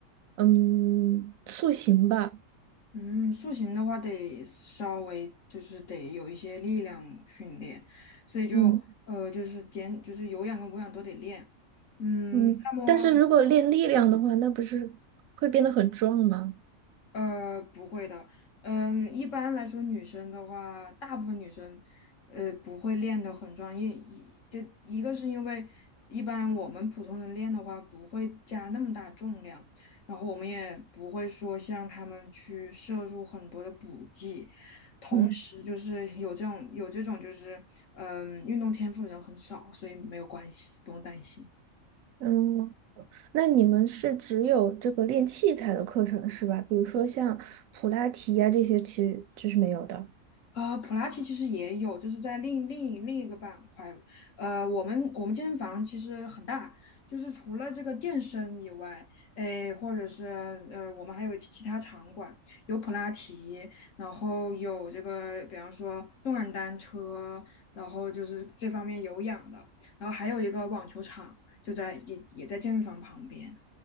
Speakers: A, on the right (about 85°); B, on the left (about 70°).
A: 嗯，塑形吧。
B: 嗯，塑形的话得稍微就是得有一些力量训练，所以就呃就是减就是有氧跟无氧都得练。
A: 嗯
B: 嗯，
A: 嗯，
B: 那么
A: 但是如果练力量的话，那不是会变得很壮吗？
B: 呃，不会的。嗯，一般来说，女生的话，大部分女生，呃，不会练得很壮，因一就一个是因为一般我们普通人练的话，不会加那么大重量，然后我们也不会说像他们去摄入很多的补剂，同时就是有这种有这种就是，
A: 嗯
B: 嗯，运动天赋的人很少，所以没有关系，不用担心。
A: 嗯，那你们是只有这个练器材的课程是吧？比如说像普拉提呀、这些，其实就是没有的。
B: 呃，普拉提其实也有，就是在另另另一个板块。呃，我们我们健身房其实很大，就是除了这个健身以外，诶，或者是呃，我们还有其其他场馆，有普拉提，然后有这个，比方说动感单车，然后就是这方面有氧的，然后还有一个网球场，就在也也在健身房旁边。